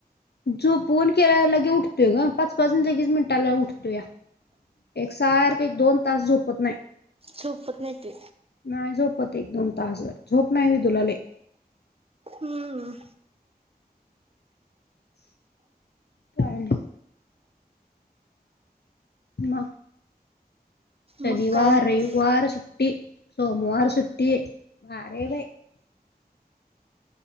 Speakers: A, on the left; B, on the right.
A: झोपवून केलं तर लगे उडतोय गं पाच पाच मिनिटाला लगे उठतोया. एकसारखं एक दोन तास झोपत नाही.
B: झोपत नाही तो.
A: नाही झोपत एक दोन तास भर झोप नाही व्हय तुला लै.
B: हम.
A: काय आणि. मग. शनिवार
B: मग काय नाही
A: रविवार सुट्टी. सोमवार सुट्टी भारीयबाई.